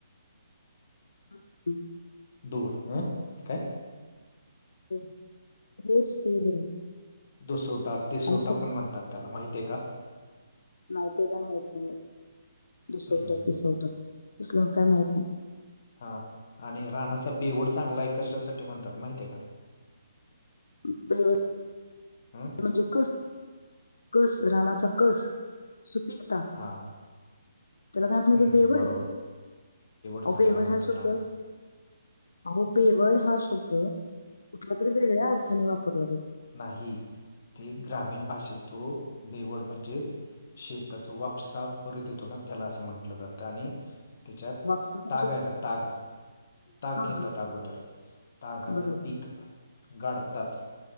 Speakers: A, on the left; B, on the left.
A: <unintelligible>
B: दूर हुं काय?
A: हो होच हो हो.
B: दुसोटा तिसोटा
A: आम्ही शेतकरी.
B: पण म्हणतात त्याला माहतीय का?
A: नाही ते काय माहित नाही म दुसोटा
B: हम्म.
A: तिसोटा तसलं काय माहित नाय.
B: हा आणि राणाचा बेवड चांगला आहे, कशासाठी म्हणतात माहित आहे का?
A: <unintelligible>
B: अम्म?
A: ते म्हणजे कस कस रानाचा कस सुपिकता
B: हा
A: त्याला काय म्हणायचं
B: हम्म
A: बेवड?
B: बरोबर
A: अहो
B: चांगला
A: बेवड
B: म्हणतात
A: हा शब्द
B: रानास
A: अहो बेवड हा शब्द कुठल्या तरी वेगळ्या अर्थाने वापरला जातो.
B: नाही ते ग्रामीण भाषेत तो बेवड म्हणजे शेताचा वापसा परत येतो ना, त्याला असं म्हंटलं जातं आणि त्याच्यात
A: वापसा म्हणजे
B: ताग आहे ना ताग ताग
A: हां,
B: घेतात
A: हां.
B: अगोदर, तागाच
A: बरं, बरं.
B: पीक गाढतात.